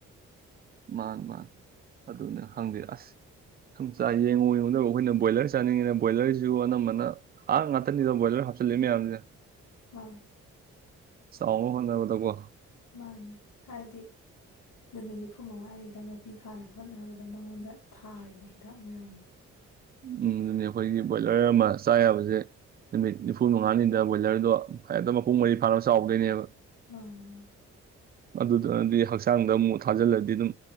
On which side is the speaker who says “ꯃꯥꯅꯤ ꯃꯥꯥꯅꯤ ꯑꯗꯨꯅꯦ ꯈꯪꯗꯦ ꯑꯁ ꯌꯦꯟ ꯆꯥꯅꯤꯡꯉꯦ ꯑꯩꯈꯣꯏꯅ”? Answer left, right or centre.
Right